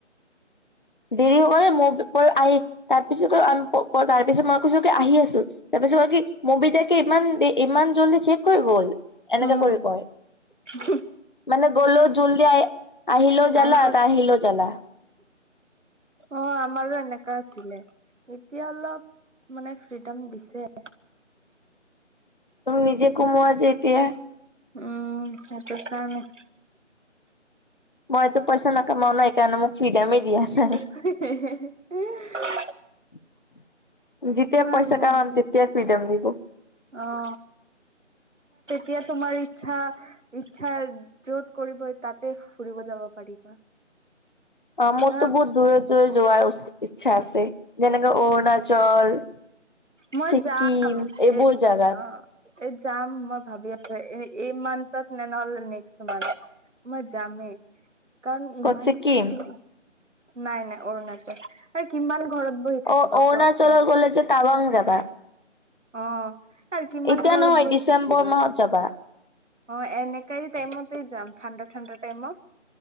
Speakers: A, on the left (about 40°); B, on the right (about 75°).
A: দেৰি হ'ব নে মোৰ আহি তাৰ পিছত তাৰ পিছত মই কৈছো কি আহি আছো। তাৰপিছত কি মুভিটাকে ইমান দে ইমান জল্দি চেক হৈ গ'ল এনেকা
B: উম
A: কৰি কয়।
B: <inaudible>
A: মানে গলো জলদি আহ আহিল জালা
B: আহিব
A: না আহিলো জালা।
B: অ আমাৰো এনেকা আছিলে এতিয়া অলপ মানে ফ্ৰীডম দিছে।
A: তুমি নিজে কোমোৱা য এতিয়া
B: উম সেইটো কাৰণে
A: মইতো পইচা নাকামাও ন সিকাৰণে মোক ফ্ৰীডমে দিয়া নাই
B: <unintelligible>
A: <inaudible> যেতিয়া
B: মাৰ
A: পইচা
B: মোক
A: কামাম
B: দি
A: তেতিয়া ফ্ৰীডম দিব
B: অ <unintelligible> কিয় তোমাৰ ইচ্ছা ইচ্ছাৰ য'ত কৰিবই তাতে ফুৰিব যাব পাৰিবা।
A: অ মইতো
B: আহ
A: বহুত দূৰে দূৰে যোৱাাই উচিত। ইচ্ছা আছে যেনেকে অৰুণাচল
B: মই
A: ছিকিম
B: যাম
A: এইবোৰ
B: এ
A: জাগাত
B: অ এ যাম মই ভাবি আছো এ এই মান্থত নে নহ'লে নেক্সট মান্থ মই যামেই। কাৰণ
A: ক'ত
B: ইমান
A: ছিকিম
B: কি নাই নাই অৰুণাচল কিমান ঘৰত বহি
A: অ
B: থাকিব
A: অৰুণাচলৰ
B: কোৱা
A: গ'লে যে টাৱাং যাবা
B: অ আৰু কিমান
A: এতিয়া
B: ঘৰত
A: নহয়
B: বহি
A: ডিচেম্বৰ
B: থাকিবা
A: মাহত
B: আকৌ।
A: যাবা
B: অ এনেকাই টাইমতে যাম ঠাণ্ডা ঠাণ্ডা টাইমত।